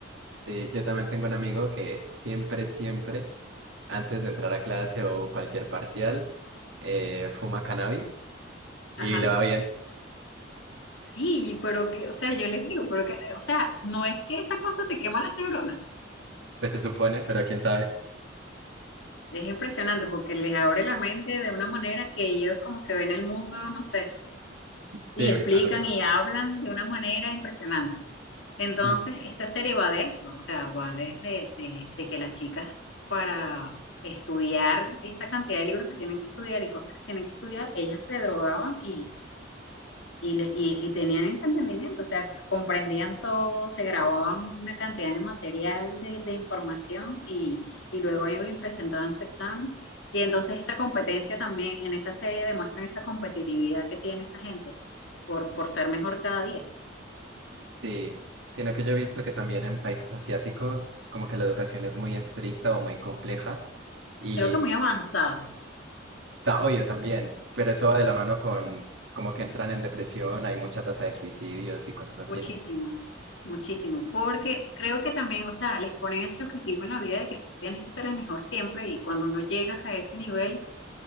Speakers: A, on the right; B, on the left.
A: Sí, yo también tengo un amigo que siempre, siempre, antes de entrar a clase o cualquier parcial, eh, fuma cannabis y
B: Ajá.
A: le va bien,
B: Sí, pero que, o sea, yo les digo, pero que, o sea, no es que esa cosa te quema las neuronas.
A: pues se supone, pero quién sabe.
B: Es impresionante porque les abre la mente de una manera que ellos como que ven el mundo, no sé,
A: Sí,
B: y explican
A: me acuerdo
B: y hablan de una manera impresionante. Entonces,
A: Sí.
B: esta serie va de eso, o sea, va de, de- de- de que las chicas para estudiar esa cantidad de libros que tienen que estudiar y cosas que tienen que estudiar, ellas se drogaban y, y, le- y- y tenían ese entendimiento, o sea, comprendían todo, se grababan una cantidad de material de, de información y, y luego iban y presentaban su examen. Y entonces esta competencia también en esa serie demuestran esa competitividad que tiene esa gente por, por ser mejor cada día.
A: Sí, sino que yo he visto que también en países asiáticos como que la educación es muy estricta o muy compleja y
B: Creo que muy avanzada.
A: Ta- obvio, también, pero eso va de la mano con como que entran en depresión, hay mucha tasa de suicidios y cosas así,
B: Muchísimo,
A: ¿no?
B: muchísimo, porque creo que también, o sea, les ponen ese objetivo en la vida de que tú tienes que ser el mejor siempre y cuando no llegas a ese nivel,